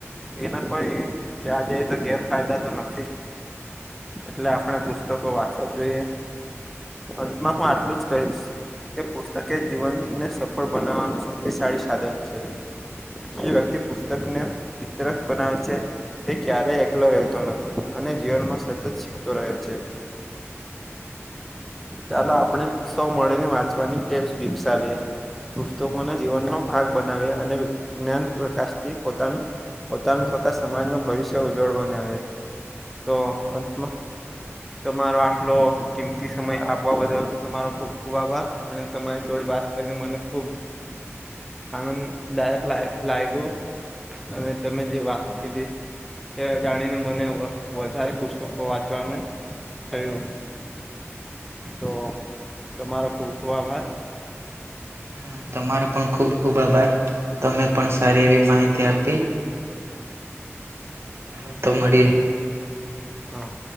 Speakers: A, in the centre; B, on the right.
A: એના કોઈ ક્યાં જાય તો ગેરફાયદા તો નથી જ. એટલે આપણે પુસ્તકો વાંચવા જ જોઈએ. અંતમાં પણ આટલું જ કહીશ. કે પુસ્તકએ જીવનને સફળ બનાવવાનું શક્તિશાળી સાધન છે. જે વ્યક્તિ પુસ્તકને મિત્ર બનાવે છે, તે ક્યારેય એકલો રહેતો નથી. અને જીવનમાં સતત શીખતો રહે છે. ચાલો આપણે સૌ મળીને વાંચવાની ટેવ વિકસાવીએ. પુસ્તકોને જીવનનો ભાગ બનાવ્યા, અને જ્ઞાન પ્રકાશથી પોતા પોતાનું તથા સમાજનું ભવિષ્ય ઉજ્જવળ બનાવીએ. તો અંતમાં તમારો આટલો કિંમતી સમય આપવા બદલ તમારો ખૂબ ખૂબ આભાર. અને તમારી જોડે વાત કરીને મને ખૂબ આનંદદાયક લાય લાગ્યું અને તમે જે વાતો કીધી. તે જાણીને મને વધારે પુસ્તકો વાંચવાનું થયું તો તમારો ખુબ ખુબ આભાર.
B: હહ તમારો પણ ખુબ ખુબ આભાર. તમે પણ સારી એવી માહિતી આપી. ચલો તો મળીએે.
A: હા